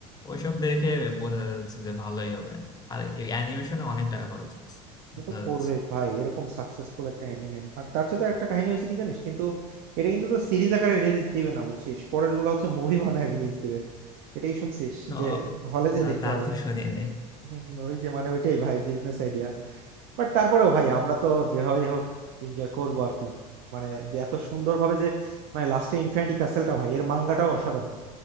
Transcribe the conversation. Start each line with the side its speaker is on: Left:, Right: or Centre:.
Left: ওইসব দেখে বোঝা যাচ্ছে যে ভালোই হবে আর এই অ্যানিমেশনে অনেক টাকা খরচ করছে
Right: এটা
Left: বোঝা
Right: তো করবে
Left: যাচ্ছে
Right: ভাই এরকম সাকসেসফুল একটা অ্যানিমে আর তার সাথে একটা কাহিনী হয়েছে কি জানিস কিন্তু এটা কিন্তু তো সিরিজ আকারে রিলিজ দিবে না বুঝছিস পরের গুলো হচ্ছে মুভি বানায় রিলিজ দিবে এটাই শুনছিস
Left: তো
Right: যে হলে যে
Left: না
Right: দেখতে
Left: তা
Right: হবে
Left: তো শুনি নাই
Right: হুম, ওই যে মানে ওইটাই ভাই বিজনেস আইডিয়া বাট তারপরেও ভাই আমরা তো যেভাবেই হোক এনজয় করবো আর কি মানে যে এত সুন্দর ভাবে যে মানে লাস্টে ইনফিনিটি কাসেলটা ভাই এর মাঙ্গাটাও অসাধারণ